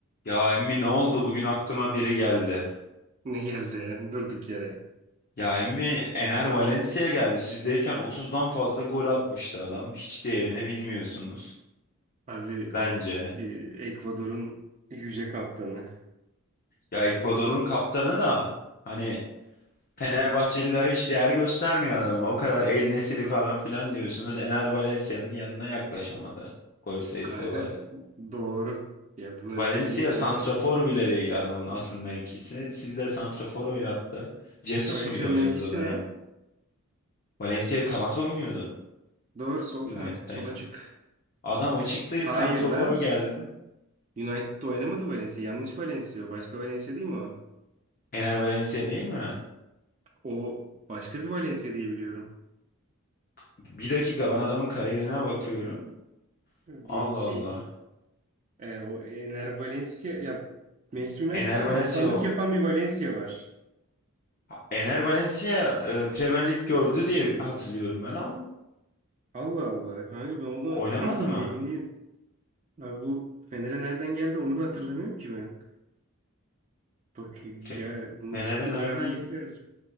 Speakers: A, on the left (about 45°); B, on the right (about 35°).
A: Ya emmi ne oldu? Bugün aklıma biri geldi.
B: Ne geldi ya? durduk yere.
A: Ya emmi Ener Valencia geldi. Sizdeyken 30'dan fazla gol atmıştı adam. Hiç değerini bilmiyorsunuz.
B: Abi
A: Bence.
B: o e, Ekvador'un yüce kaptanı.
A: Ya Ekvador'un kaptanı da hani Fenerbahçeliler hiç değer göstermiyor adama. O kadar El Nesiri falan filan diyorsunuz. Ener Valencia'nın yanına yaklaşamadı gol sayısı
B: Kanka
A: olarak.
B: doğru. Ya buna
A: Valencia
B: bir şey diyemeyeceğim
A: santrafor
B: abi.
A: bile değil adamın asıl mevkisi. sizde de santrafor oynattı. Jesus
B: Valencia'nın
A: muydu hocanız
B: mevkisi
A: o dönem?
B: ne?
A: Valencia kanat oynuyordu.
B: Doğru sol
A: United'dayken.
B: kanat sola çık.
A: Adam açıkta
B: Hayır
A: santrofora
B: lan.
A: geldi.
B: United'da oynamadı Valencia. Yanlış Valencia o. Başka Valencia değil mi o?
A: Ener Valencia değil mi?
B: O başka bir Valencia diye biliyorum.
A: Bir dakika ben adamın kariyerine bakıyorum.
B: Bir
A: Allah
B: şey
A: Allah.
B: değil. E, o Ener Valencia ya Manchester United'da
A: Ener Valencia
B: kaptanlık
A: o-
B: yapan bir Valencia var.
A: Ener Valencia e, Premier Lig gördü diye hatırlıyorum ben ama
B: Allah Allah. Kanka ben ona
A: oynamadı
B: <clears throat>
A: mı?
B: emin değilim. Abi bu Fener'e nereden geldi onu da hatırlamıyorum ki ben. Bak ya
A: Fe-
B: bunu
A: Fener'e
B: öğrenmek
A: nereden?
B: lazım.